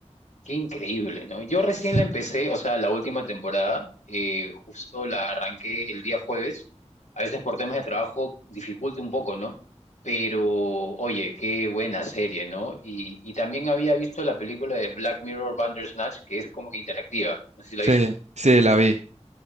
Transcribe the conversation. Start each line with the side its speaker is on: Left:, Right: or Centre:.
Left: Qué increíble, ¿no? Yo recién
Right: Sí,
Left: la empecé, o sea, la última temporada, eh, justo la arranqué el día jueves. A veces por temas de trabajo dificulta un poco, ¿no? Pero, oye, qué buena serie, ¿no? Y, y también había visto la película de Black Mirror Bandersnatch, que es como que interactiva. No sé si la
Right: sí,
Left: viste.
Right: sí, la vi.